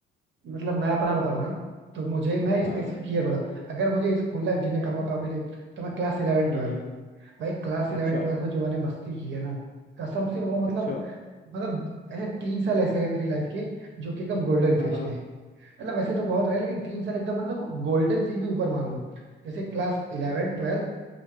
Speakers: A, on the right (about 65°); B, on the left (about 45°).
A: exactly. मतलब मैं अपना बताऊँ ना तो मुझे मैं
B: हाँ
A: स्पेसिफिक ईयर बताऊँ अगर मुझे स्कूल लाइफ जीने का मौका मिले तो मैं क्लास इलेवन
B: हम्म हम्म,
A: भाई क्लास इलेवन
B: अच्छा
A: ट्वेल्थ में जो मैंने मस्ती की है ना कसम से वो मतलब
B: अच्छा
A: मतलब ऐसे तीन साल ऐसे रहे मेरी लाइफ के जो कि एकदम गोल्डन फेस्ट
B: हाँ हाँ
A: है मतलब वैसे तो बहुत रहे लेकिन तीन साल एकदम मतलब गोल्डन से भी ऊपर मान लो जैसे क्लास इलेवन ट्वेल्थ